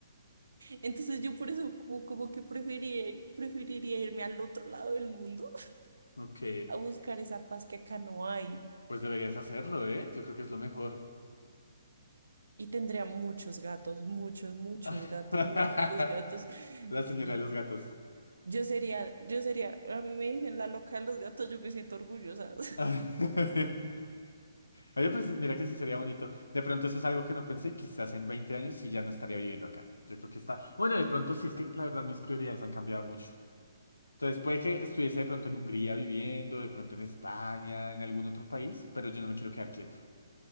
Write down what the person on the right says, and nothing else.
Entonces yo por eso como, como que preferiría, preferiría irme al otro lado del mundo
<laughs> a buscar esa paz que acá no hay.
Y tendría muchos gatos, muchos, muchos
gatos. Yo amo a los gatos.
<laughs>
Yo sería, yo sería, a mí me dicen la loca de los gatos, yo me siento orgullosa. <laughs>